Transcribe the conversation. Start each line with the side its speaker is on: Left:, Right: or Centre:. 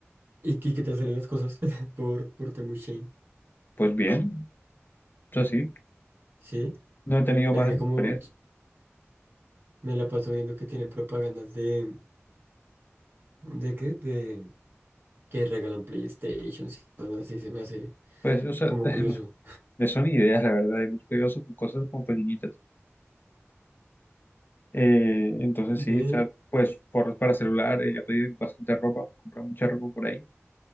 Right: ¿Y, y qué te salen las cosas? <laughs> Por, por Temu Shein.
Left: pues bien. O sea, sí,
Right: Sí.
Left: no he tenido
Right: Es
Left: malas
Right: que como
Left: experiencias.
Right: me la paso viendo que tienen propagandas de... ¿De qué? De que regalan PlayStations y todo así. Se me hace
Left: Pues, o sea,
Right: como
Left: <laughs>
Right: curioso.
Left: de son ideas, la verdad, hemos pedido sobre cosas como pequeñitas. Eh, entonces
Right: Ve,
Left: sí, o sea, pues por, para celular, eh, he pedido bastante ropa, comprado mucha ropa por ahí,